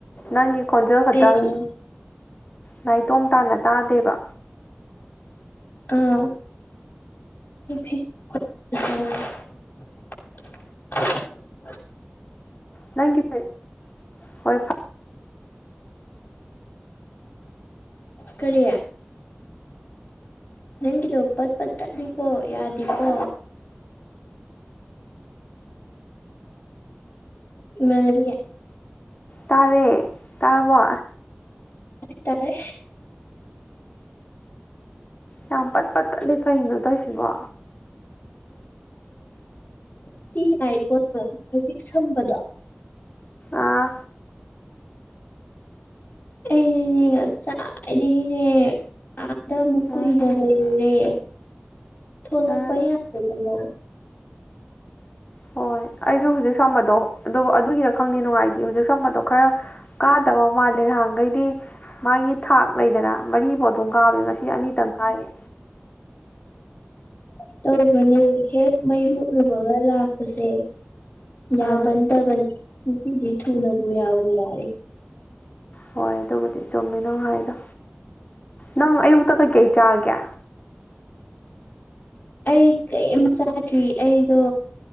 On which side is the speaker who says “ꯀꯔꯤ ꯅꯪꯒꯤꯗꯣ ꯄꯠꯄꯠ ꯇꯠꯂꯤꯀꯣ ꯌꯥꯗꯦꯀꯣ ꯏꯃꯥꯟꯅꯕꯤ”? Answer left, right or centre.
Left